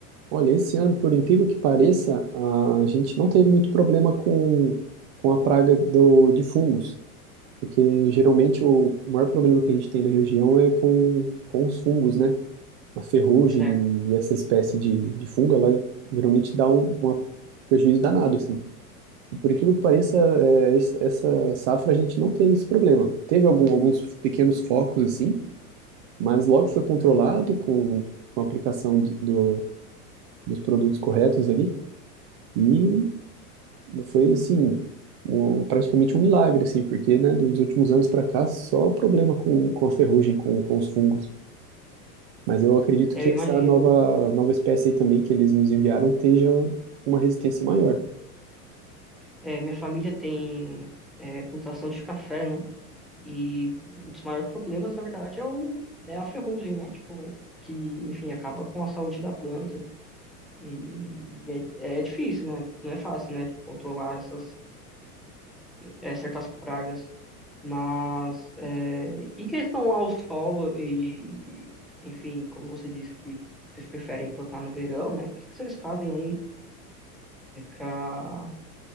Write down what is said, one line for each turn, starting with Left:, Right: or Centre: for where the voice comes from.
Right: Olha, esse ano, por incrível que pareça, a gente não teve muito problema com, com a praga do, de fungos. Porque geralmente o, o maior problema que a gente tem na região é com, com os fungos, né? A ferrugem
Centre: certo?
Right: e essa espécie de, de fungo, ela geralmente dá um, um prejuízo danado, assim. E por incrível que pareça, é, esse- essa safra a gente não teve esse problema. Teve algum, alguns pequenos focos, assim, mas logo foi controlado com, com a aplicação de- do, dos produtos corretos ali. E foi assim, um- praticamente um milagre, assim, porque, né, dos últimos anos para cá, só problema com, com a ferrugem, com, com os fungos. Mas eu acredito
Centre: É,
Right: que
Centre: Eu imagino.
Right: essa nova, nova espécie aí também que eles nos enviaram esteja com uma resistência maior.
Centre: É, minha família tem é, plantação de café, né? E um dos maiores problemas, na verdade, é, o, é a ferrugem, né? Tipo, que, enfim, acaba com a saúde da planta. E, e é, é difícil, né? Não é fácil, né? Tipo, controlar essas é, certas pragas. Mas é, em questão ao solo e, enfim, como você disse que vocês preferem plantar no verão, né? O que que vocês fazem aí para